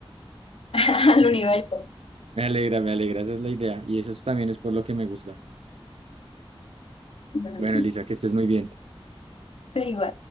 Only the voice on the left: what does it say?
<laughs> al
universo.
No,
Te digo